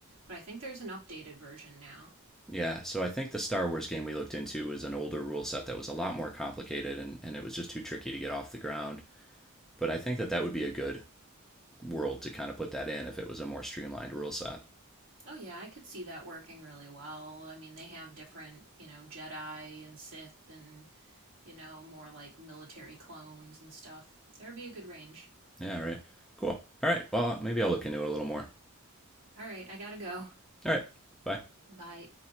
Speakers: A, on the right (about 65°); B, in the centre.
A: But I think there's an updated version now.
B: Yeah, so I think the Star Wars game we looked into was an older rule set that was a lot more complicated and, and it was just too tricky to get off the ground. But I think that that would be a good world to kind of put that in if it was a more streamlined rule set.
A: Oh yeah, I could see that working really well. I mean, they have different, you know, Jedi and Sith and you know, more like military clones and stuff. There'd be a good range.
B: Yeah, right. Cool. All right. Well, maybe I'll look into it a little more.
A: All right, I gotta go.
B: All right. Bye.
A: Bye.